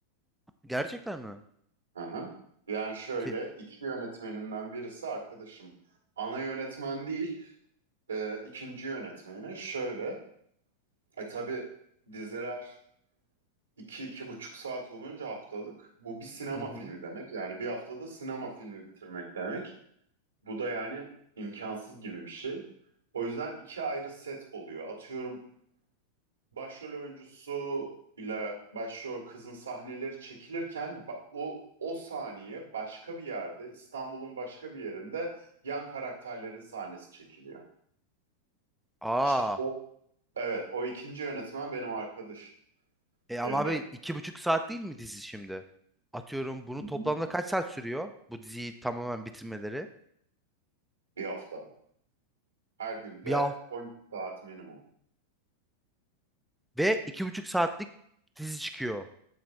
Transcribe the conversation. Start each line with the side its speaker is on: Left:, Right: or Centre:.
Centre: gerçekten mi?
Right: Hı hı. Yani şöyle
Centre: Te-
Right: iki yönetmeninden birisi arkadaşım. Ana yönetmen değil, e, ikinci yönetmeni. Şöyle, e tabii diziler iki, iki buçuk saat olunca haftalık. Bu bir sinema
Centre: Hı hı.
Right: filmi demek. Yani bir haftada sinema filmi bitirmek demek. Bu da yani imkansız gibi bir şey. O yüzden iki ayrı set oluyor. Atıyorum başrol oyuncusu ile başrol kızın sahneleri çekilirken ba- o o saniye başka bir yerde İstanbul'un başka bir yerinde yan karakterlerin sahnesi çekiliyor.
Centre: Aa,
Right: İşte o evet o ikinci yönetmen benim arkadaş
Centre: e ama
Right: Emre.
Centre: abi iki buçuk saat değil mi dizi şimdi? Atıyorum bunu
Right: Hı hı.
Centre: toplamda kaç saat sürüyor? Bu diziyi tamamen bitirmeleri.
Right: Bir hafta. Her günde
Centre: Bir hafta
Right: 12 saat minimum.
Centre: ve iki buçuk saatlik dizi çıkıyor.